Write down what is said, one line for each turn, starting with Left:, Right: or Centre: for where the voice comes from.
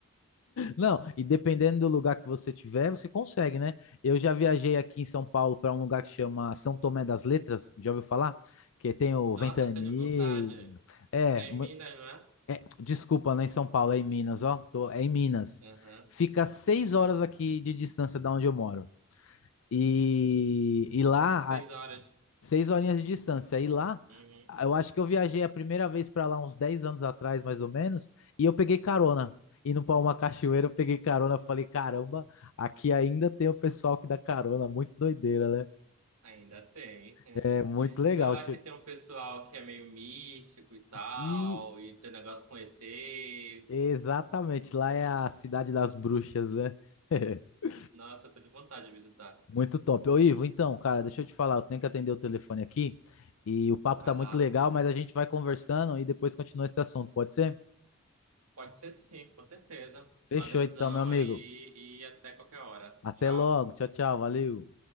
Left: Não, e dependendo do lugar que você tiver, você consegue, né? Eu já viajei aqui em São Paulo para um lugar que chama São Tomé das Letras, já ouviu falar? Que tem o
Right: Nossa,
Left: Ventani.
Right: eu tenho vontade.
Left: É,
Right: É em
Left: mu-
Right: Minas, não é?
Left: é, desculpa, não é em São Paulo, é em Minas, ó. Tô- é em Minas.
Right: Aham.
Left: Fica seis horas aqui de distância da onde eu moro. E, e lá
Right: Seis horas.
Left: Seis horinhas de distância. E lá,
Right: Uhum.
Left: eu acho que eu viajei a primeira vez para lá uns 10 anos atrás, mais ou menos, e eu peguei carona. Indo para uma cachoeira, eu peguei carona. Falei, caramba, aqui ainda tem o pessoal que dá carona. Muito doideira, né?
Right: Ainda tem.
Left: É muito
Right: <laughs>
Left: legal.
Right: Não é lá
Left: Che-
Right: que tem um pessoal que é meio místico e tal,
Left: E
Right: e tem negócio com ET.
Left: exatamente, lá é a cidade das bruxas, né? <laughs>
Right: Nossa, eu tô de vontade de visitar.
Left: Muito top. Ô, Ivo, então, cara, deixa eu te falar, eu tenho que atender o telefone aqui e o papo
Right: Vai
Left: tá muito
Right: lá.
Left: legal, mas a gente vai conversando e depois continua esse assunto, pode ser?
Right: Pode ser sim, com certeza.
Left: Fechou
Right: Valeuzão
Left: então, meu amigo.
Right: aí e até qualquer hora.
Left: Até
Right: Tchau.
Left: logo. Tchau, tchau. Valeu.